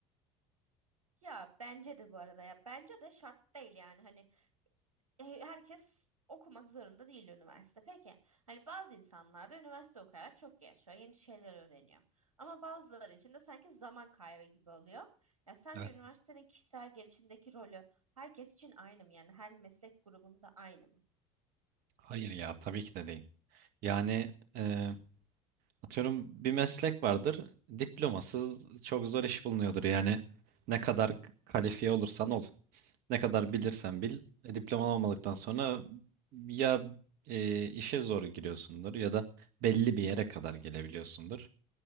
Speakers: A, on the right; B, on the right.
A: Ya bence de bu arada ya bence de şart değil yani hani e, herkes okumak zorunda değil üniversite. Peki hani bazı insanlar da üniversite okuyarak çok gelişiyor, yeni şeyler öğreniyor. Ama bazıları için de sanki zaman kaybı gibi oluyor. Ya sence
B: Evet.
A: üniversitenin kişisel gelişimdeki rolü herkes için aynı mı? Yani her meslek grubunda aynı mı?
B: Hayır ya tabii ki de değil. Yani e, atıyorum bir meslek vardır. Diplomasız çok zor iş bulunuyordur. Yani ne kadar kalifiye olursan ol. Ne kadar bilirsen bil, e, diploman olmadıktan sonra ya e, işe zor giriyorsundur ya da belli bir yere kadar
A: Aha.
B: gelebiliyorsundur.